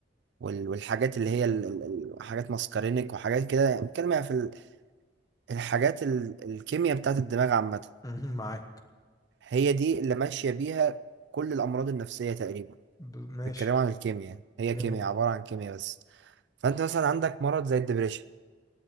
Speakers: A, on the right; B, on the left.
A: وال... والحاجات اللي هي ال... ال... ال- حاجات ماسكارينيك وحاجات كده يعني بتتكلم يعني في ال- الحاجات ال... الكيمياء بتاعه الدماغ عامه
B: مهم. معاك
A: هي دي اللي ماشيه بيها كل الامراض النفسيه تقريبا
B: ب- ماشي
A: بيتكلموا عن الكيمياء هي
B: جميل
A: كيمياء عباره عن كيمياء بس فانت مثلا عندك مرض زي الدبريشن